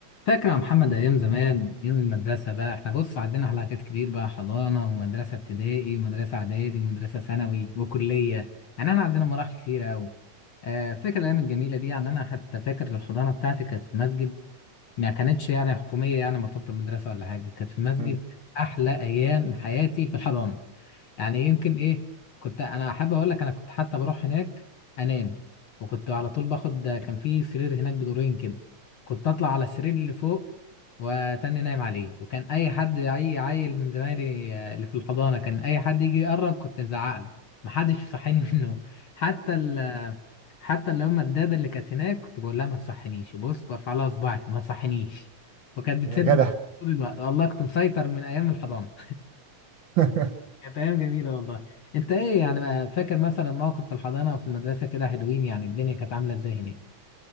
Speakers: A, on the left; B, on the right.
A: فاكر يا محمد أيام زمان أيام المدرسة بقى إحنا بص عدينا على حاجات كتير بقى حضانة ومدرسة ابتدائي ومدرسة إعدادي ومدرسة ثانوي وكلية يعني إحنا عدينا مراحل كتيرة أوي آه، فاكر الأيام الجميلة دي يعني أنا حتى فاكر الحضانة بتاعتي كانت في مسجد ما كانتش يعني حكومية يعني مرتبطة بمدرسة ولا حاجة كانت في مسجد
B: مم.
A: كانت أحلى أيام حياتي في الحضانة يعني يمكن إيه كنت أنا حابب أقول لك أنا كنت حتى بروح هناك أنام وكنت على طول باخد كان في سرير هناك بدورين كده كنت أطلع على السرير اللي فوق وتاني نايم عليه وكان أي حد أي عيل من زمايلي آه، اللي في الحضانة كان أي حد يجي يقرب كنت أزعق له محدش يصحيني <laughs> منه حتى ال حتى اللي هم الدادة اللي كانت هناك كنت بقول لها ما تصحنيش بص برفع لها صباعي ما تصحنيش وكانت بتسيب
B: يا جدع
A: لي طول الوقت والله كنت مسيطر من ايام الحضانة
B: <laughs>
A: <laughs> كانت ايام جميلة والله انت ايه يعني ما فاكر مثلا موقف في الحضانة او في المدرسة كده حلوين يعني الدنيا كانت عاملة ازاي هناك